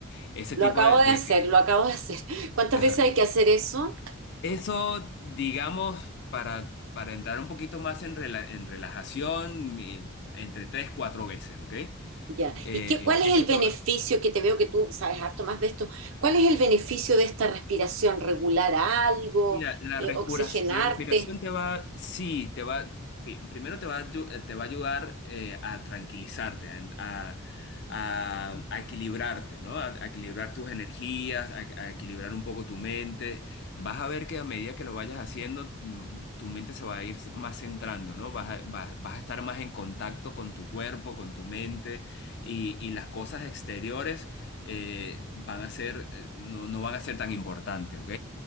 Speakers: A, on the left; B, on the right.
A: Ese
B: Lo
A: tipo
B: acabo
A: de...
B: de
A: de-
B: hacer, lo acabo de hacer. <laughs> ¿Cuántas
A: ajá.
B: veces hay que hacer eso?
A: Eso, digamos, para, para entrar un poquito más en, rela- en relajación, mi- entre 3 4 veces, ¿ok?
B: Ya.
A: Eh,
B: ¿Y qué, cuál es
A: eso
B: el beneficio
A: te va-
B: que te veo que tú sabes harto más de esto? ¿Cuál es el beneficio de esta respiración? ¿Regular algo?
A: Mira, la
B: Eh,
A: respiración,
B: ¿oxigenarte?
A: la respiración te va, sí, te va, pi- primero te va, a ayu- eh, te va a ayudar eh, a tranquilizarte, a, a- a- a equilibrarte, ¿no? A, a equilibrar tus energías, a, a equilibrar un poco tu mente. Vas a ver que a medida que lo vayas haciendo, mm, tu mente se va a ir más centrando, ¿no? Vas a, vas, vas a estar más en contacto con tu cuerpo, con tu mente y, y las cosas exteriores eh, van a ser, eh, no, no van a ser tan importantes, ¿ok?